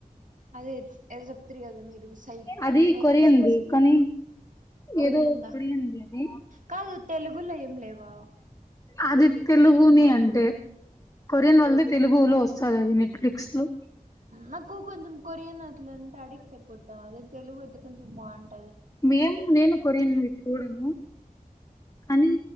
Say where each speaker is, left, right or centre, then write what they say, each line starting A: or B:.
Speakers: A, on the right; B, on the left.
A: అదే ఏదో చెప్తారు కదా మీరు సై
B: అది
A: ఆ
B: కొరియన్
A: సైబర్
B: ది
A: సెక్యూరిటీ
B: కానీ
A: కొరియందా
B: ఏదో కొరియన్ ది అది
A: కాదు తెలుగులో ఏం లేవా
B: అది తెలుగుని అంటే కొరియన్ వాళ్ళది తెలుగులో వస్తాది అది నెట్ ఫ్లిక్లో లో
A: నాకు కొంచెం కొరియన్ అట్ల అంటే అడిక్ట్ అయిపోతాం అదే తెలుగు అయితే కొంచెం బాగుంట
B: మేము నేను కొరియానుది చూడను అని